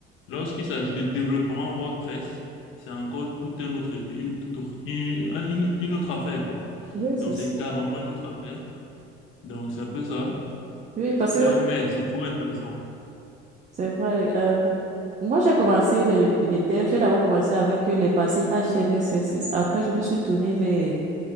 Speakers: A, on the left (about 70°); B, on the right (about 35°).
A: lorsqu'il s'agit de développement WordPress, c'est encore tout un autre, une, toute- une, une- une autre affaire, quoi.
B: Oui, c'est
A: Donc,
B: ça.
A: c'est carrément une autre affaire. Donc, c'est un peu ça.
B: Oui, parce
A: Donc,
B: que
A: mais c'est toujours intéressant.
B: c'est vrai. euh, moi, j'ai commencé les, les devs. J'ai d'abord commencé avec les basiques HTML, CSS. Après, je me suis tournée vers